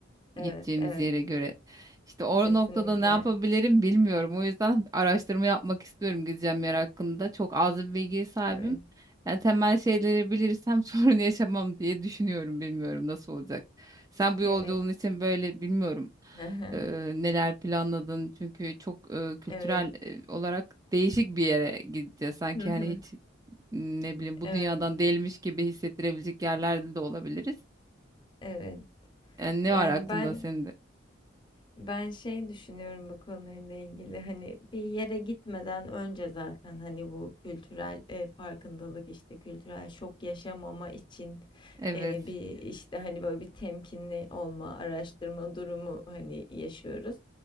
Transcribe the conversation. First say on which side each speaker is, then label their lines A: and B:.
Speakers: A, on the right; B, on the left.
A: gideceğimiz
B: Evet, evet.
A: yere göre. İşte o
B: Kesinlikle.
A: noktada ne yapabilirim bilmiyorum. O yüzden araştırma yapmak istiyorum gideceğim yer hakkında. Çok az bir bilgiye sahibim.
B: Evet.
A: Yani temel şeyleri bilirsem <laughs> sorun yaşamam diye düşünüyorum. Bilmiyorum nasıl olacak. Sen bu yolculuğun
B: Evet.
A: için böyle bilmiyorum
B: Hı hı.
A: e, neler planladın çünkü çok e, kültürel
B: Evet.
A: e, olarak değişik bir yere gideceğiz. Sanki
B: Hı hı.
A: hani hiç m, ne bileyim bu
B: Evet.
A: dünyadan değilmiş gibi hissettirebilecek yerlerde de olabiliriz.
B: Evet.
A: Yani ne
B: Yani
A: var aklında
B: ben
A: senin de?
B: Ben şey düşünüyorum bu konuyla ilgili hani bir yere gitmeden önce zaten hani bu kültürel e, farkındalık işte kültürel şok yaşamama için
A: Evet.
B: e, bir işte hani böyle bir temkinli olma araştırma durumu hani yaşıyoruz.